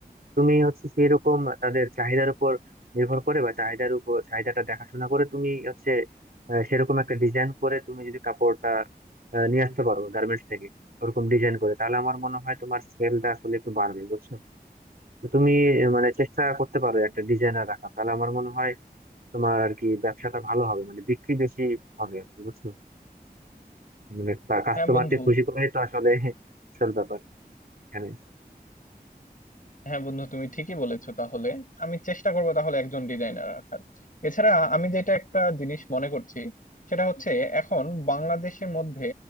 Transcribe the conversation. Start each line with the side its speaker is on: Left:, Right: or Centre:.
Right: তুমি হচ্ছে সেই রকম তাদের চাহিদার উপর নির্ভর করে বা চাহিদার উপর চাহিদাটা দেখাশোনা করে তুমি হচ্ছে আহ, সেরকম একটা ডিজাইন করে তুমি যদি কাপড়টা আহ, নিয়ে আসতে পারো গার্মেন্টস থেকে ওরকম ডিজাইন করে তাহলে আমার মনে হয় তোমার সেলটা আসলে একটু বাড়বে বুঝছো তো তুমি আহ, মানে চেষ্টা করতে পারো একটা ডিজাইনার রাখা তাহলে আমার মনে হয় তোমার আর কি ব্যবসাটা ভালো হবে মানে বিক্রি বেশি হবে আর কি, বুঝছো মানে কাস্টমারকে
Left: হ্যাঁ বন্ধু
Right: খুশি করাই তো আসলে <laughs> আসল ব্যাপার এখানে
Left: হ্যাঁ বন্ধু তুমি ঠিকই বলেছো তাহলে আমি চেষ্টা করব তাহলে একজন ডিজাইনার রাখার এছাড়া আমি যেটা একটা জিনিস মনে করছি সেটা হচ্ছে এখন বাংলাদেশের মধ্যে